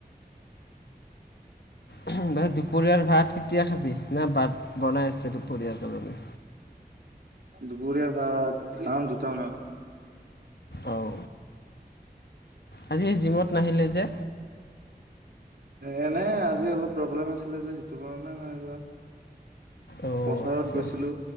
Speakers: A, on the left; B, on the right.
A: দুপৰীয়াৰ ভাত কেতিয়া খাবি না বাত বনাই আছে দুপৰীয়াৰ কাৰণে
B: দুপৰীয়া ভাত খাও দুটামানত
A: অউ আজি জিমত নাহিলে যে
B: এনেই আজি অলপ প্ৰব্লেম আছিলে যে সেইটো কাৰণে নাই যোৱা
A: অ'
B: পথাৰত
A: আচ্ছা
B: গৈছিলোঁ